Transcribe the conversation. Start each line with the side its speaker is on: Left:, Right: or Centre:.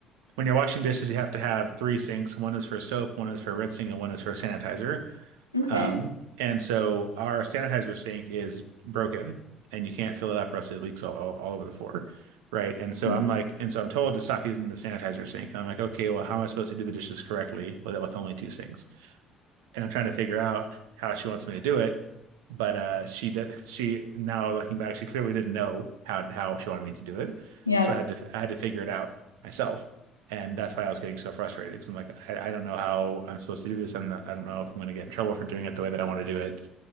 Right: When you're washing dishes, you have to have three sinks. One is for soap, one is for rinsing, and one is for sanitizer.
Left: Okay.
Right: Um, and so our sanitizer sink is broken, and you can't fill it up, or else it leaks all, all, all over the floor, right? And so
Left: Mm.
Right: I'm like, and so I'm told to stop using the sanitizer sink. And I'm like, okay, well, how am I supposed to do the dishes correctly with with only two sinks? and I'm trying to figure out how she wants me to do it. But uh, she did, she now looking back, she clearly didn't know how how she wanted me to do it.
Left: Yep.
Right: So I had to I had to figure it out myself, and that's why I was getting so frustrated because I'm like I, I don't know how I'm supposed to do this. I'm not, I don't know if I'm going to get in trouble for doing it the way that I want to do it.